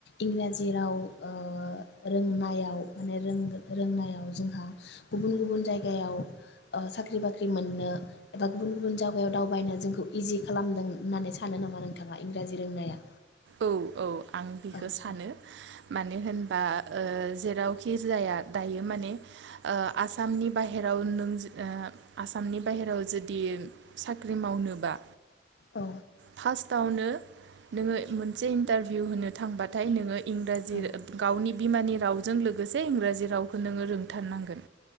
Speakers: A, on the left; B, on the right.
A: इंराजि राव ओ रोंनायाव माने रों रोंनायाव जोंहा गुबुन गुबुन जायगायाव ओ साख्रि बाख्रि फाख्रि मोननो एबा गुबुन गुबुन जायगायाव दावबायनो जोंखौ इजि खालामदों होननानै सानो नामा नोंथाङा इंराजि रोंनाया।
B: औ औ। आं बिखौ
A: औ
B: सानो
A: औ
B: मानो होनबा। ओ जेरावखि जाया दायो माने ओ आसामनि बाहेर राव नों आसामनि बाहेराव जुदि साख्रि मावनोबा
A: औ
B: फार्स्टावनो नोङो मोनसे इन्टारभिउ होनो थांबाथाय नोङो इंराजि
A: औ
B: गावनि बिमानि रावजों लोगोसे इंराजि रावखौ नोङो रोंथारनांगोन